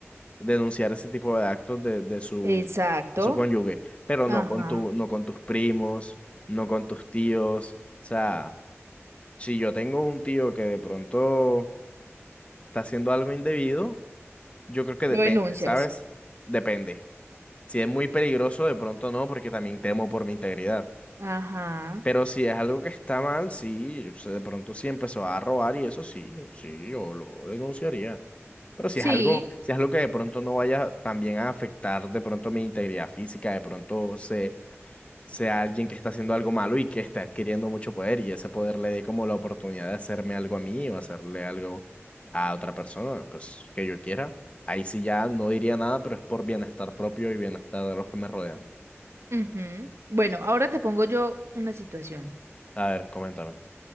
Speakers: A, on the left (about 25°); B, on the right (about 65°).
A: denunciar ese tipo de actos de, de su,
B: Exacto.
A: de su cónyuge, pero
B: Ajá.
A: no con tu, no con tus primos, no con tus tíos. O sea, si yo tengo un tío que de pronto está haciendo algo indebido, yo creo que depende,
B: Lo denuncias.
A: ¿sabes? Depende. Si es muy peligroso, de pronto no, porque también temo por mi integridad.
B: Ajá.
A: Pero si es algo que está mal, sí, o sea, de pronto sí empezó a robar y eso sí, sí, yo lo denunciaría. Pero si
B: Sí.
A: es algo, si es algo que de pronto no vaya también a afectar de pronto mi integridad física, de pronto se, sea alguien que está haciendo algo malo y que está adquiriendo mucho poder y ese poder le dé como la oportunidad de hacerme algo a mí o hacerle algo a otra persona, pues que yo quiera, ahí sí ya no diría nada, pero es por bienestar propio y bienestar de los que me rodean.
B: ujú. Bueno, ahora te pongo yo una situación.
A: A ver, coméntame.